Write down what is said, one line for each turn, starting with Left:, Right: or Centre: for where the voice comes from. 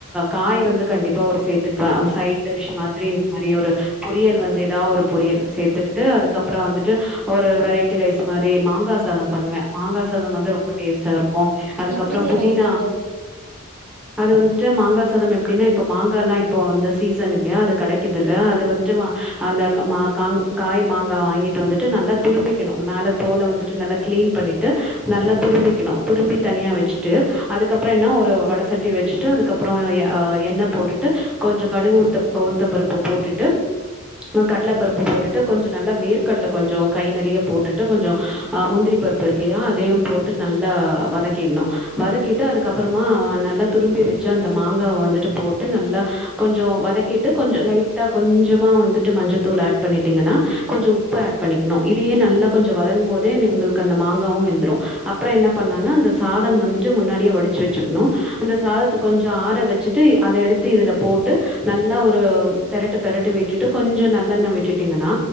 Centre: காய் வந்து கண்டிப்பா ஒரு சேர்த்துப்ப ஒரு சைட் டிஷ் மாதிரி இந்த மாதிரி ஒரு பொரியல் வந்து ஏதாவது ஒரு பொரியல் சேர்த்துக்கிட்டு அதுக்கப்றோ வந்துட்டு ஒரு வெரைட்டி ரைஸ் மாரி மாங்கா சாதம் பண்ணுவ மாங்கா சாதம் வந்து ரொம்ப டேஸ்ட்டா இருக்கு அதுக்கப்றோ
Right: எப்டி செய்வீங்க
Centre: புதினா
Right: தோழி அது
Centre: அது வந்துட்டு மாங்கா சாதம் எப்டின்னா இப்போ மாங்காலா இப்போ இந்த சீசன் இல்லயா அது கெடைக்குதுல அது வந்துட்டு வா அந்த மா காங் காய் மாங்கா வாங்கிட்டு வந்துட்டு நல்லா துருவிக்கணு மேல தோள வந்துட்டு நல்லா கிளீன் பண்ணிட்டு நல்லா துருவிக்கணு துருவி தனியா வச்சுட்டு அதுக்கப்றோ என்ன ஒரு வட சட்டி வச்சு ட்டு அதுக்கப்றோ எண்ணெ போட்டுட்டு கொஞ்சோ கடுகு உளு உளுத்தம்பருப்பு போட்டுட்டு அ கடலப்பருப்பு போட்டுட்டு கொஞ்ச நல்லா வேர்க்கடல கொஞ்சோ கை நெறிய போட்டுட்டு கொஞ்சோ ஆ முந்திரி பருப்பு இருக்குல்லயா அதையு போட்டு நல்லா வதக்கிடணு் வதக்கிட்டு அதுகப் அப்பறமா நல்லா துருவி வச்சு அந்த மாங்காவ வந்துட்டு போட்டு நல்லா கொஞ்ச வதக்கிட்டு கொஞ்சோ லைட்டா கொஞ்சமா வந்துட்டு மஞ்சத்தூள் ஆட் பண்ணிட்டீங்கனா கொஞ்ச உப்பு ஆட் பண்ணிக்கணு இதையே நல்லா கொஞ்ச வதங்கும் போதே உங்களுக்கு அந்த மாங்காவு வெந்துரு அப்பற என்ன பண்லானா அந்த சாதம் வந்துட்டு முன்னாடியே வடிச்சு வச்சுக்கணு அந்த சாதத்த கொஞ்ச ஆற வச்சுட் டு அத எடுத்து இதுல போட்டு நல்லா ஒரு பெரட்டு பெரட்டி விட்டுட்டு கொஞ்ச நல்லெண்ணெ விட்டுட்டீங்கனா